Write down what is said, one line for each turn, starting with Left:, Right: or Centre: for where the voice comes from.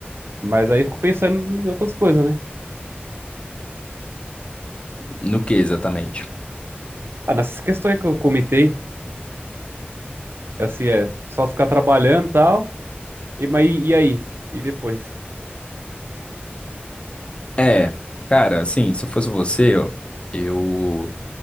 Right: Mas aí eu fico pensando em outras coisas, né?
Left: No que exatamente?
Right: Ah, nessas questões que eu comentei, assim, é só ficar trabalhando e tal. E, mas, e e aí? E depois?
Left: É, cara, assim, se eu fosse você, eu, eu